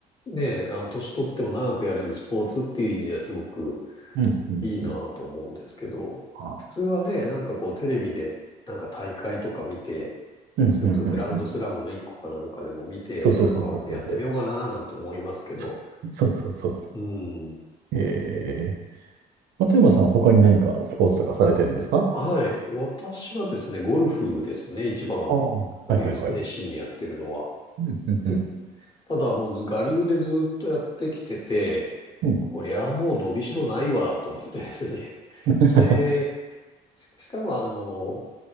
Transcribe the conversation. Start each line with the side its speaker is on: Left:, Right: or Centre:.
Left: ね、あの、年取っても長くやれるスポーツっていう意味ではすごく、
Right: うん、うん、
Left: いいなぁと思うんですけど、
Right: うん。あ、
Left: 普通はね、なんかこうテレビでなんか大会とか見て、
Right: うん、
Left: それこそグランドスラムの一個かなんかでも見て、
Right: うん、うん、うん。そうそうそうそうそうそう。
Left: なんかやってみようかなぁなんて思いますけど、
Right: そそうそうそう。
Left: うん。
Right: ええ松山さん、他に何かスポーツとかされてるんですか
Left: はい。私はですね、ゴルフですね、一番
Right: ああ、うんはいはいはい。
Left: えー熱心にやってるのは。
Right: うんうんうん。
Left: で、ただもうず我流でずっとやってきてて、
Right: うん
Left: こりゃもう伸びしろないわと思ってですね。
Right: <laughs>。
Left: で、し、しかも、あの、